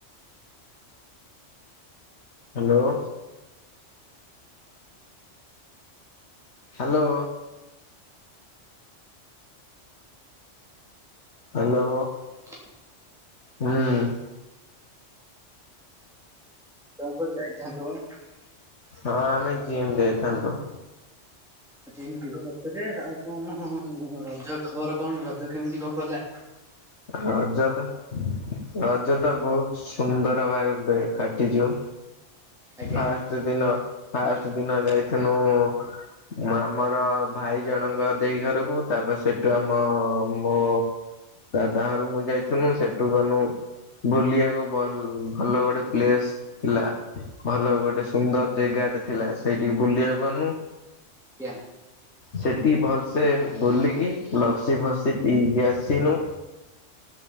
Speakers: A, on the left; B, in the centre.
A: ହ୍ୟାଲୋ। ହ୍ୟାଲୋ। ହ୍ୟାଲୋ।
B: ହଁ <unintelligible>
A: ହୁଁ।
B: ତମେ କୋଆଡ଼େ ଯାଇଥାନ୍ତୁ ଭୋଭଣି
A: ହଁ ଆମେ ଜିମ୍ ଯାଇଇଥାନ୍ତୁ।
B: ଜିସ୍ ଯିବ ପଛରେ ଆଉ କଣ ରଜ ଖବର କଣ ରଜ କେମିତି କଣ କଲା।
A: ରଜ ତ ରଜ ତ ବହୁତ ସୁନ୍ଦର ଭାବେ କାଟିଛୁ।
B: ଆଜ୍ଞା
A: ଫାଷ୍ଟ ଦିନ ଫାଷ୍ଟ ଦିନ ଯାଇଥିନୁ। ମୁଁ ଆମର ଭାଇ ଜଣଙ୍କ ଦେଇ ଘରକୁ ତାପରେ ସେଠୁ ଆମ ମୋଁ ଗାଁରୁ ମୁ ଯାଇଥିଲିନୁ ସେଠୁ ଗନୁ ବୁଲିବାକୁ ଭଲ ଭଲ ଗୋଟେ ପ୍ଲେସ ଥିଲା। ଭଲ ଗୋଟେ ସୁନ୍ଦର ଜାଗାଟେ ଥିଲା ସେଇଠିକି ବୁଲିବାକୁ ଗଲୁ।
B: ଆଜ୍ଞା।
A: ସେଠି ଭଲସେ ବୁଲିକି ଲସି ଫସି ପିଇକି ଆସିନୁ।